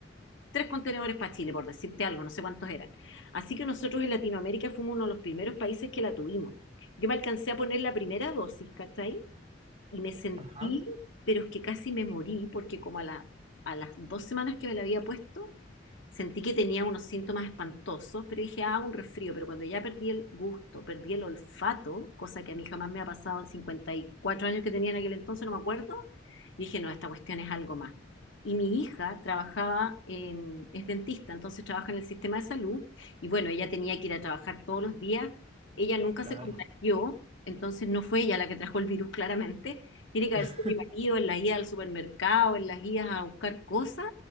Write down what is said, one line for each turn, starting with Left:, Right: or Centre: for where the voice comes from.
Left: tres contenedores para Chile, por decirte algo, no sé cuántos eran. Así que nosotros en Latinoamérica fuimos uno de los primeros países que la tuvimos. Yo me alcancé a poner la primera dosis, ¿cachai? Y me sentí,
Right: Ajá,
Left: pero es que casi me morí, porque como a la, a las dos semanas que me la había puesto, Sentí que tenía unos síntomas espantosos, pero dije, ah, un resfrío. Pero cuando ya perdí el gusto, perdí el olfato, cosa que a mí jamás me ha pasado en 54 años que tenía en aquel entonces, no me acuerdo, dije, no, esta cuestión es algo más. Y mi hija trabajaba en, es dentista, entonces trabaja en el sistema de salud, y bueno, ella tenía que ir a trabajar todos los días, ella nunca
Right: claro.
Left: se contagió, entonces no fue ella la que trajo el virus claramente, tiene que
Right: <laughs>
Left: haber sido mi marido en la ida al supermercado, en las idas a buscar cosas,